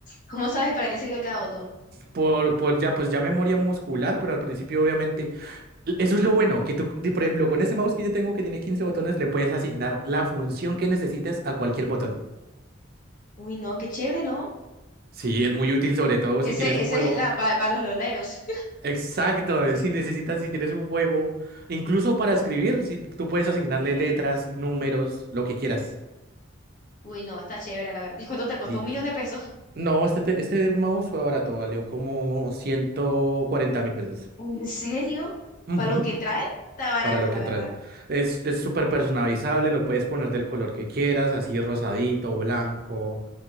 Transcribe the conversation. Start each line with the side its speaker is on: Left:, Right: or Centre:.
Left: cómo sabes para qué sirve cada botón?
Right: Por, por ya, pues ya memoria muscular, pero al principio obviamente... Eso es lo bueno, que tú, di- por ejemplo, con ese mouse que yo tengo que tiene 15 botones, le puedes asignar la función que necesites a cualquier botón.
Left: Uy, no, qué chévere, ¿no?
Right: Sí, es muy útil, sobre todo
Left: Ese,
Right: si tienes un
Left: esa
Right: juego.
Left: es la para los loleros. <laughs>
Right: Exacto, eh, si necesitas, si tienes un juego, incluso para escribir, si tú tú puedes asignarle letras, números, lo que quieras.
Left: Uy, no, está chévere, la verdad. ¿Y cuánto te costó?
Right: Di-
Left: ¿Un millón de pesos?
Right: No, este, te- este mouse fue barato, valió como 140 mil pesos.
Left: ¿En serio?
Right: Ujú,
Left: ¿Para lo que trae? Está barato,
Right: Para lo que
Left: la verdad.
Right: trae. Es, es súper personalizable, lo puedes poner del color que quieras, así rosadito, blanco,